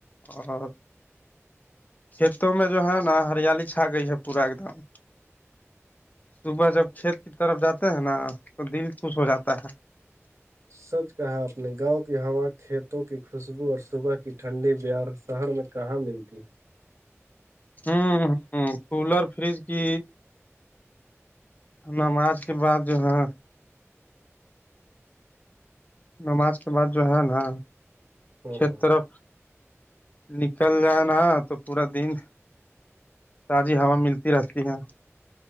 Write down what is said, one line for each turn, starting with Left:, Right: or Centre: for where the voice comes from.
Left: اور کھیتوں میں جو ہے نا ہریالی چھا گئی ہے پورا ایک دم صبح جب کھیت کی طرف جاتے ہیں نا تو دل خوش ہو جاتا ہے
Right: سچ کہا اپنے گاؤں کی ہوا کھیتوں کی خوشبو اور صبح کی ٹھنڈی بہار شہر میں کہاں ملتی ہے
Left: ہوں ہ کولر فریج کی نماز کے بعد جو ہے نماز کے بعد جو ہے نا
Right: ہوں
Left: کھیت
Right: ہوں
Left: طرف نکل جائے نا تو پورا دن تازی ہوا ملتی رہتی ہے